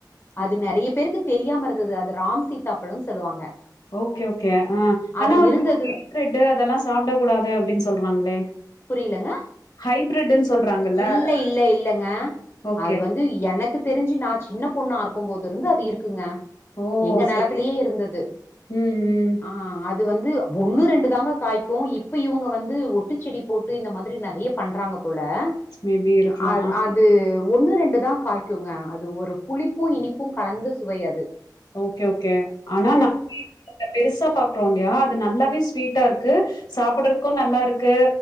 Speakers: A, on the left; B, on the left.
A: அது
B: அப்
A: நெறைய பேருக்கு தெரியாம இருந்தது அது ராம் சீதா பழோன்னு சொல்லுவாங்க
B: ஓகே ஓகே ஆ
A: அது
B: ஆனா வந்து
A: இருந்தது
B: ஹைப்ரிட்டு் அதெல்லா சாப்டக் கூடாது அப்பிடின்னு சொல்றாங்களே
A: புரியலங்க
B: ஹைபிரிட்ன்னு சொல்றாங்கல்ல
A: இல்ல
B: அத
A: இல்ல இல்லேங்க
B: ஓகே
A: அது வந் து எனக்கு தெரிஞ்சு நா சின்னப் பொண்ணா இருக்கும் போது இருந்து அது இருக்குங்க
B: ஓ
A: எங்க நெலத்திலயே
B: சரி
A: இருந்தது
B: ம் ம்
A: ஆ அது வந்து ஒன்னு ரெண்டு தாங்க காய்க்கு இப்ப இவுங்க வந்து ஒட்டுச் செடி போட்டு இந்த மாதிரி நெறைய பண்றாங்க போல
B: மேபி இருக்கலா
A: நா
B: ஆ
A: அது ஒண்ணு ரெண்டுதா காய்க்குங்க அது ஒரு புளிப்பும் இனிப்பும் கலந்த சுவை அது
B: ஓகே ஓகே ஆனா ந <inaudible> இந்த பெருசா பாக்குறோ இல்லையா அது நல்லாவே ஸ்வீட்டா இருக்கு சாப்புடறதுக்கு
A: ம்
B: நல்லா இருக்கு